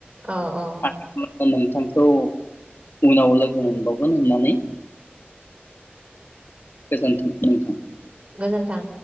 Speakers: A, on the right; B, on the left.
A: औ औ
B: <unintelligible> ओ नोंथांखौ उनाव लोगो मोनबावगोन होननानै गोजोनथों नोंथां।
A: गोजोन्थों।